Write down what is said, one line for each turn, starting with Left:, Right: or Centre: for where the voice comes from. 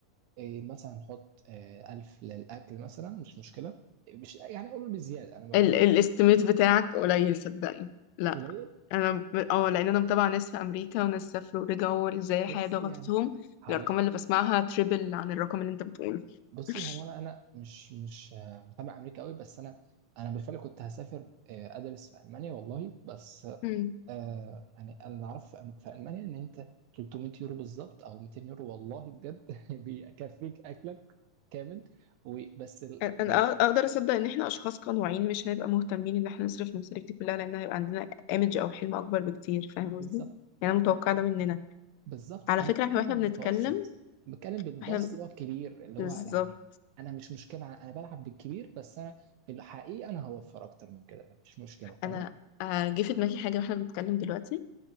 Right: إيه مثلا نحط إيه 1000 للاكل مثلا مش مشكله مش يعني قول بزياده انا بحب
Left: ال الاستيميت بتاعك قليل صدقني لا
Right: قليل
Left: انا ب- اه لان انا متابعه ناس في امريكا وناس سافروا ورجعوا ازاي الحياه
Right: بص
Left: ضغطتهم
Right: يعني هقول
Left: الارقام
Right: لك حاجة.
Left: اللي بسمعها تريبل عن الرقم اللي انت بتقوله
Right: بصي
Left: <laughs>
Right: هو انا انا مش مش آه، متابع امريكا قوي بس انا انا بالفعل كنت هسافر آه، ادرس في المانيا والله بس
Left: مم.
Right: آه يعني انا اللي اعرفه في أم- في المانيا ان انت 300 يورو بالظبط او 200 يورو والله بجد <laughs> بيكفيك اكلك كامل وبس ال...
Left: انا
Right: ال...
Left: أ- اقدر اصدق ان احنا اشخاص قنوعين مش هنبقى مهتمين ان احنا نصرف المصاريف دي كلها لان هيبقى عندنا ايمج او حلم اكبر بكتير فاهم قصدي
Right: بالظبط
Left: يعني انا متوقعه ده مننا
Right: بالظبط
Left: على
Right: انا
Left: فكره
Right: بتكلم
Left: احنا واحنا
Right: المتوسط
Left: بنتكلم
Right: بتكلم بالمتوسط
Left: احنا
Right: اللي هو الكبير اللي
Left: بالظبط
Right: هو يعني انا مش مشكله انا بلعب بالكبير بس انا في الحقيقه انا هوفر اكتر من كده مش مشكله فاهمه
Left: انا آه، جه في دماغي حاجه واحنا بنتكلم دلوقتي